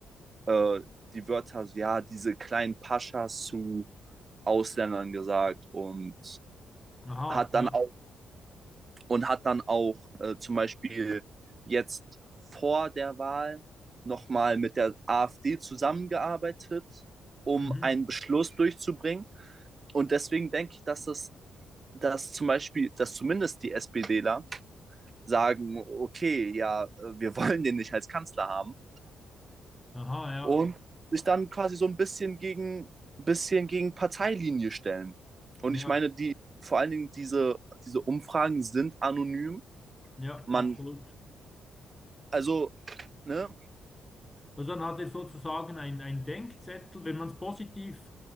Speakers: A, on the right; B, on the left.
A: äh, die Wörter, so, ja, diese kleinen Paschas zu Ausländern gesagt und
B: Aha,
A: hat
B: ja.
A: dann auch, und hat dann auch äh, zum Beispiel jetzt vor der Wahl nochmal mit der AfD zusammengearbeitet, um
B: Mhm.
A: einen Beschluss durchzubringen. Und deswegen denke ich, dass das dass zum Beispiel, dass zumindest die SPDler sagen, okay, ja, äh, wir <laughs> wollen den nicht als Kanzler haben
B: Aha, ja.
A: und sich dann quasi so ein bisschen gegen, bisschen gegen Parteilinie stellen. Und
B: Ja,
A: ich meine, die, vor allen Dingen diese, diese Umfragen sind anonym.
B: ja,
A: Man,
B: absolut.
A: also, ne,
B: Also dann hat er sozusagen ein, ein Denkzettel. Wenn man es positiv